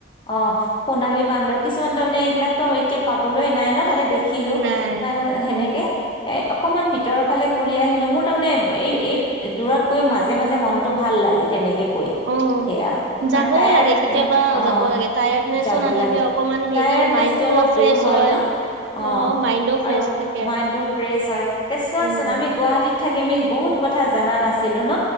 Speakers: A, on the left; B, on the right.
A: অ সোণালী বান্দৰ কিছুমান তাৰমানে এই বিলাকৰ এয়া পাবলৈ নাই ন তাতে দেখিলো
B: নাই
A: সেনেকে
B: উম,
A: এ অকমান ভিতৰৰ ফালে ফুৰি আহিলো মোৰ তাৰমানানে এই এই দূৰত গৈ মাজে মাজে মনতটো ভাল লাগে তেনেকে গৈ
B: অ।
A: সেয়া
B: যাবও
A: আৰু টায়াৰ্ড
B: লাগে কেতিয়াবা
A: অ
B: যাব লাগে টায়াৰ্ডনেচো
A: যাব
B: নাথাকে
A: লাগে
B: অকমান হেৰি
A: টায়াৰ্ডনেছ
B: মাইণ্ডটোও
A: অলপ দূৰ
B: ফ্ৰেছ
A: হয় ন অঁ
B: অ মাইণ্ডও ফ্ৰেছ
A: আৰু
B: থাকে
A: মাইডটো ফ্ৰেচ হয় এ চোৱাচোন
B: উম।
A: আমি ক গুৱাহাটীত থাকি আমি বহুত কথা জানা নাছিলো ন